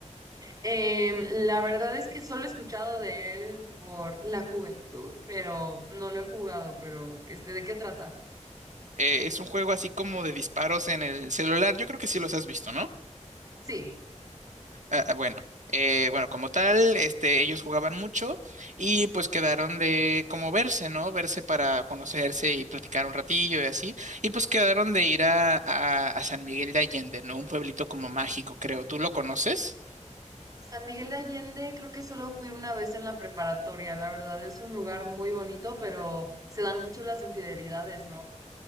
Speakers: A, on the right (about 30°); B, on the right (about 75°).
A: em, la verdad es que solo he escuchado de él por la juventud, pero no lo he jugado, pero este, ¿de qué trata?
B: Eh, es un juego así como de disparos en el celular. Yo creo que sí los has visto, ¿no?
A: Sí,
B: Ah, ah, bueno, eh, bueno, como tal, este, ellos jugaban mucho y pues quedaron de como verse, ¿no? Verse para conocerse y platicar un ratillo y así. Y pues quedaron de ir a, a, a San Miguel de Allende, ¿no? Un pueblito como mágico, creo. ¿Tú lo conoces?
A: San Miguel de Allende, creo que solo fui una vez en la preparatoria, la verdad es un lugar muy bonito, pero se dan mucho las infidelidades, ¿no?